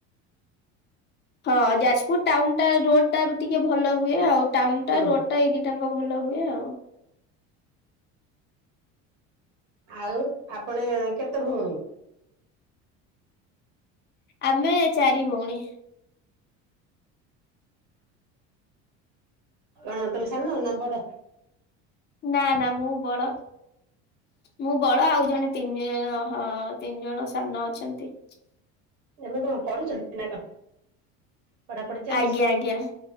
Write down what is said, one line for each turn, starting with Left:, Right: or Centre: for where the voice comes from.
Left: ହଁ ଯାଜପୁର ଟାଉନ ଟା ରୋଡଟା ଟିକେ ଭଲ ହୁଏ ଆଉ ଟାଉନଟା
Right: ହୁଁ
Left: ରୋଡଟା ଏଇ ଦି ଟାଙ୍କ ଭଲ ହୁଏ ଆଉ।
Right: ଆଉ ଆପଣ କେତେ ଭଉଣୀ?
Left: ଆମେ ଚାରି ଭଉଣୀ।
Right: କଣ ତମେ ସାନ ନା ବଡ଼?
Left: ନା ନା ମୁଁ ବଡ। ମୁଁ ବଡ ଆଉ ଜଣେ ତିନି ଜଣ ହଁ ତିନି ଜଣ ସାନ ଅଛନ୍ତି।
Right: ଏବେ କଣ ପଢୁଛନ୍ତି ନା କଣ? ପଢାପଢି ଚାଲିଛି
Left: ଆଜ୍ଞା ଆଜ୍ଞା